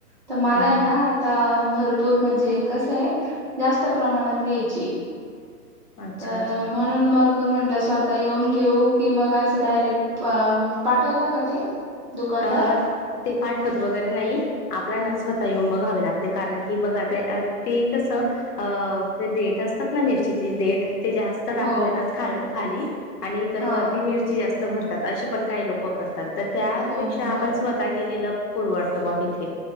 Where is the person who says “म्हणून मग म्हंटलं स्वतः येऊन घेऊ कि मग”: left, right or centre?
Right